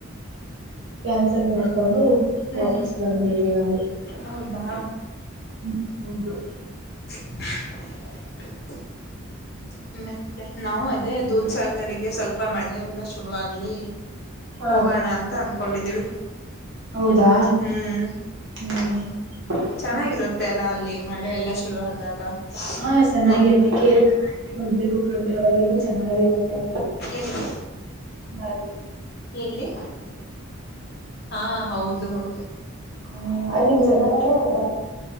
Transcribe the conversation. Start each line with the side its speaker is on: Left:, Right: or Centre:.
Right: ಕ್ಯಾನ್ಸಲ್ ಮಾಡ್ಕೊಂಡು
Left: ಹ್ಮ್
Right: ವಾಪಸ್ ಬಂದಬಿಟ್ವಿ ನಾವು.
Left: ಹೌದಾ
Right: ಹ ಹೌದು
Left: <inaudible> ಮತ್ತೆ ನಾವು ಅದೇ ದೂದ್ ಸಾಗರಿಗೆ ಸ್ವಲ್ಪ ಮಳೆ <unintelligible> ಶುರುವ ಆಾಗ್ಲಿ
Right: ಹಾ
Left: ಹೋಗೋಣ ಅಂತ ಅನ್ಕೊಂಡಿದೀವಿ
Right: ಹೌದಾ
Left: ಹ್ಮ್
Right: ಹ್ಮ್
Left: ಚೆನ್ನಾಗಿರುತ್ತೆ
Right: ಮತ್ತೆ
Left: ಅಲ್ಲ ಅಲ್ಲಿ ಮಳೆ ಎಲ್ಲ ಶುರು ಆದಾಗ
Right: ಹಾ ಚೆನ್ನಾಗಿ
Left: ಫುಲ್
Right: ಅದ <unintelligible> ಹೋಗ್ಬೇಕು ಅ್ರೆ ಅವಾಗ ಚಂದ ಹಾಗಿರುತ್ತೆ
Left: ಎಲ್ಲಿ
Right: ಬಾಡಿಗೆ
Left: ಎಲ್ಲಿ ಹಾ ಹೌದು ಹೌದು
Right: ಹ್ಮ ಅಲ್ಲಿ ಜನಗಳು ಒಂಂತರ